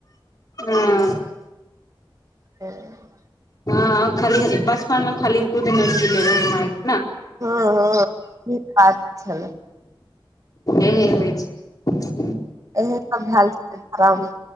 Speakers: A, on the left; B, on the right.
A: हँ
B: <inaudible>
A: हँ खाली बचपन में खाली दुध नै पिनै रहे माय के
B: हँ हँ निक बात छलै
A: एहे होइ छै
B: इह सब भेल छै धर्म